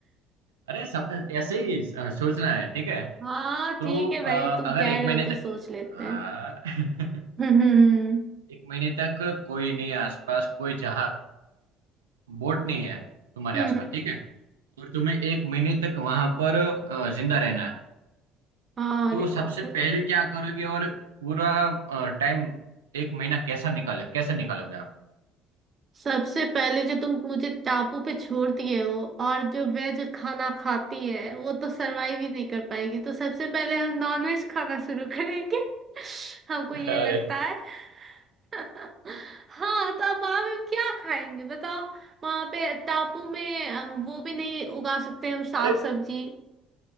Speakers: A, on the right; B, on the right.
A: अरे सब ऐसे ही अ, सोचना है ठीक है
B: हाँ
A: तो
B: ठीक है
A: अ,
B: भाई तुम
A: अगर
B: कह
A: एक
B: रहे
A: महीने
B: हो तो
A: तक
B: सोच लेते
A: हाँ
B: हैं
A: <laughs>
B: हम्म हम्म
A: एक महीने तक कोई नहीं है आसपास कोई जहाज बोट नहीं है तुम्हारे
B: हम्म,
A: आसपास
B: हम्म,
A: ठीक है और तुम्हें एक महीने तक वहां पर अ, जिंदा रहना है
B: हाँ,
A: तो
B: अरे
A: सबसे
B: बाप रे
A: पहले क्या करोगे और पूरा टाइम एक महीना कैसा निकाले कैसे निकालोगे आप
B: सबसे पहले जो तुम मुझे टापू पे छोड़ दिए हो और जो वेज खाना खाती है वो तो सरवाइव ही नहीं कर पाएगी तो सबसे पहले हम नॉनवेज खाना शुरू करेंगे <laughs> हमको
A: <laughs>
B: ये
A: अरे
B: लगता है <laughs> हाँ तो अब वहां पे हम क्या खाएंगे बताओ वहां पे टापू में हम वो भी नहीं उगा सकते हम साग
A: अरे
B: सब्जी